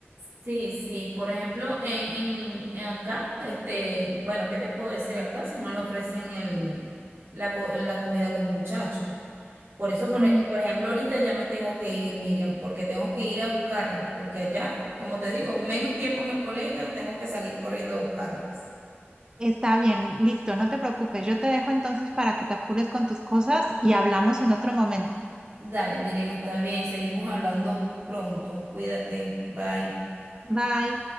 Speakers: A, on the right (about 65°); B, on the right (about 20°).
A: Sí, sí, por ejemplo, en, en, en acá, este, bueno, ¿qué te puedo decir acá si no le ofrecen el, la, co- la comida a los muchachos? Por eso, por,
B: Ujú.
A: e- por ejemplo, ahorita ya me tengo que ir, Miriam, porque tengo que ir a buscarlas, porque allá, como te digo, menos tiempo en el colegio, tengo que salir corriendo a buscarlas.
B: Está bien, listo, no te preocupes. Yo te dejo entonces para que te apures con tus cosas y hablamos en otro momento.
A: Dale, Miriam, está bien, seguimos hablando pronto, cuídate, bye.
B: Bye.